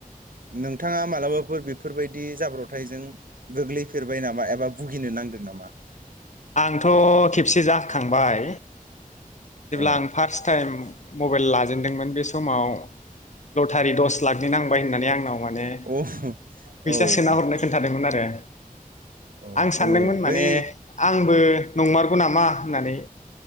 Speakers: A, on the right; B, on the left.
A: नोंथाङा मालाबाफोर बेफोरबायदि जाब्रबथायजों गोग्लैफेरबाय नामा एबा भुगिनो नांदों नामा?
B: आंथ' खेबसे जाखांबाय। जेब्ला
A: अ
B: आं फार्स्ट टाइम। मबाइल लाजेनदोंमोन बे समाव लटारि दस लाखनि नांबाय होननानै आंनाव माने
A: औ
B: फैसा
A: औ
B: सोना हरनो
A: औ
B: खोन्थादोंमोन आरो।
A: औ
B: आं सानदोंमोन
A: औ बै
B: माने आंबो। नंमारगौ नामा होननानै।